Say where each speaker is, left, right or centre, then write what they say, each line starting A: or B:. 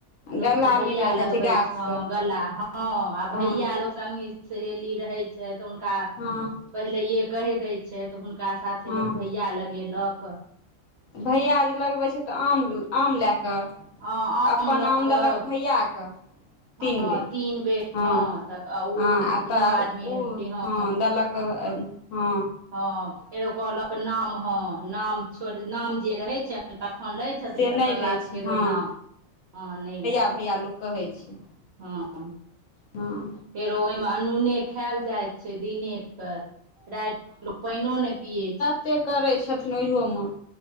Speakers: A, on the left; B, on the right.
A: गला
B: लोक के भैया
A: मिलल जाइ
B: लगबै
A: छै गाछसँ
B: छ गला ह आ
A: हँ
B: भैया लोक। सङ्गी सहेली रहैय छैय तऽ हुनका।
A: हां।
B: पहिलेैये कहि दैय छैय तऽ हुनका साथे
A: हँ
B: लोक भैया लगेलक।
A: भैया जे लगबैय छैय तऽ आम आम लए कऽ।
B: हँ
A: अपन
B: लऽ
A: आम
B: कऽ
A: देलक भैया क। तीन
B: हँ
A: बेर
B: तीन बेर
A: हं
B: हँ तऽ ओ
A: हं आ
B: दुनू
A: तऽ
B: आदमी
A: ओ
B: अथी हँ
A: हं देलक। हं।
B: हं फेरो कहलक नाम हं नाम छोड़ नाम जे रहे छैय। तखन लैय छथिन
A: से नहि
B: तकर
A: लै
B: बाद
A: छै
B: फेरो
A: हँ
B: नाम हं नहि लै।
A: भैया लोक कहैय छैय।
B: हं
A: हं।
B: फेरो ओहिमे अनूने खायल जाइत छैय दिने। तऽ राति लोक पाइनो नहि पियै छैय।
A: के करैय छथिन ओहियो मे